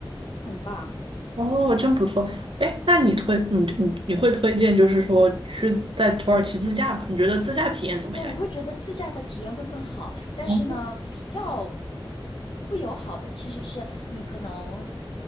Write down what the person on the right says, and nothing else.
哦，真不错。哎，那你推你你你会推荐，就是说去在土耳其自驾吗？你觉得自驾体验怎么样？
哦，